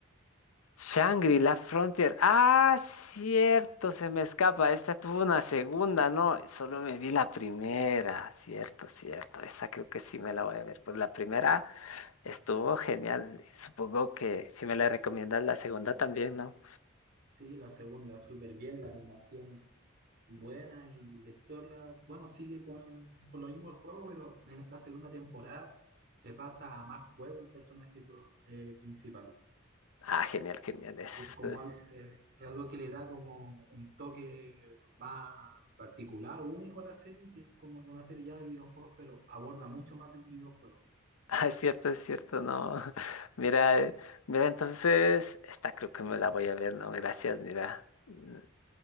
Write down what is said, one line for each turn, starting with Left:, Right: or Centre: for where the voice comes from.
Left: Shangri-La Frontier. Ah, cierto, se me escapa. Esta tuvo una segunda, ¿no? Solo me vi la primera. Cierto, cierto. Esa creo que sí me la voy a ver. Por la primera estuvo genial. Supongo que si me la recomiendas, la segunda también, ¿no?
Right: Sí, la segunda, súper bien, la animación buena y la historia, bueno, sigue con, el, con lo mismo el juego, pero en esta segunda temporada se pasa a más juego el personaje pro- eh, principal.
Left: Ah, genial, genial. Es
Right: Y es como al- eh, es algo que le da como un toque más particular o único a la serie, que es como una serie ya de videojuegos, pero aborda mucho más de un videojuego.
Left: Ah, es cierto, es cierto, no. <laughs> Mira, eh, mira, entonces, esta creo que me la voy a ver, no, gracias, mira. Mm,